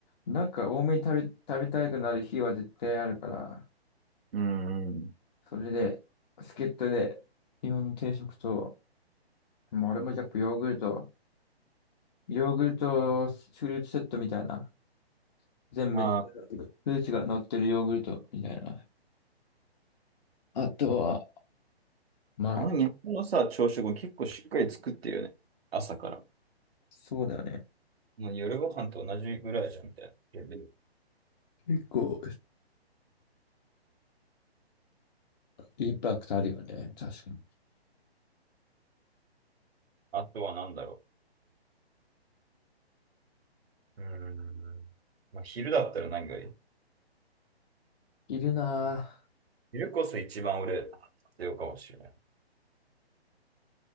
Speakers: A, on the left (about 40°); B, on the right (about 65°).
A: なんか多めに食べ、食べたくなる日は絶対あるから、
B: うんうん。
A: それで、助っ人で日本の定食と、もう俺もやっぱヨーグルト、ヨーグルトフルーツセットみたいな、全部めフ
B: あー、
A: ルーツが乗ってるヨーグルトみたいな。あとは、まあ、
B: あの日本のさ、朝食も結構しっかり作ってるよね。朝から。
A: そうだよね。
B: まあ夜ご飯と同じぐらいじゃん、みたいな。レベル
A: 結構、インパクトあるよね。確かに。
B: あとは何だろう。うーん。まあ、昼だったら何がいい
A: 昼な
B: 昼こそ一番俺、必要かもしれない。